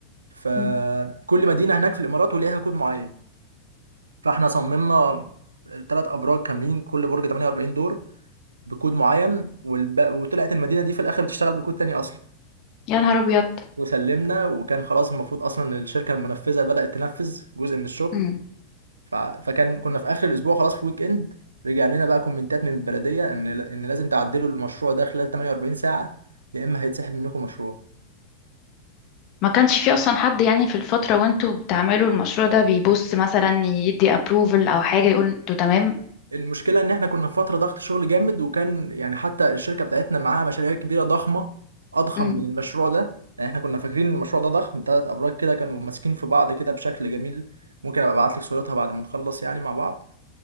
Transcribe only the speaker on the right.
فكل
مدينة هناك في الإمارات وليها كود معين فإحنا صممنا ثلاث أبراج كاملين كل برج 48 دور بكود معين والب... وطلعت المدينة دي في الآخر بتشتغل بكود تاني أصلا
وسلمنا وكان خلاص المفروض اصلا إن الشركه المنفذه بدات تنفذ جزء من الشغل
ف... فكان كنا في اخر الاسبوع خلاص في ويك اند رجع لنا بقى كومنتات من البلديه ان ان لازم تعدلوا المشروع ده خلال 48 ساعه يا اما هيتسحب منكم مشروع
المشكله ان احنا كنا في فتره ضغط شغل جامد وكان يعني حتى الشركه بتاعتنا معاها مشاريع كبيره ضخمه اضخم
من المشروع ده يعني احنا كنا فاكرين ان المشروع ده ضخم ثلاث ابراج كده كانوا ماسكين في بعض كده بشكل جميل ممكن ابقى ابعت لك صورتها بعد ما نخلص يعني مع بعض